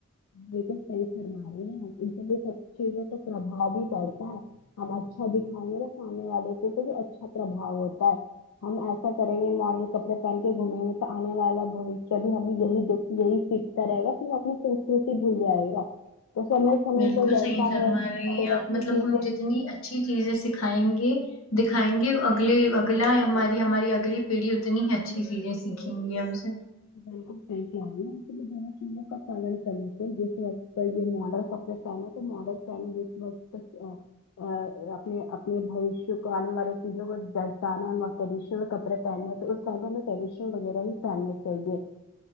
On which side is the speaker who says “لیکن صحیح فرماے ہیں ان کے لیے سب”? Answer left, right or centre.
Left